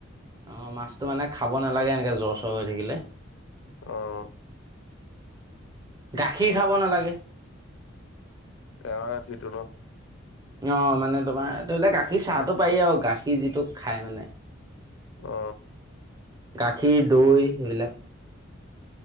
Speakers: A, on the right (about 20°); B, on the left (about 75°).
A: অ মাছটো মানে খাব নালাগে এনেকে জ্বৰ চৰ হৈ থাকিলে
B: আহ
A: গাখীৰ খাব নালাগে
B: এৱাঁ গাখীৰটো ন
A: অ মানে তোমাৰ ধৰি লোৱা গাখীৰ চাহটো পাৰি আৰু গাখীৰ যিটো খাই মানে
B: অ
A: গাখীৰ দৈ সেইবিলাক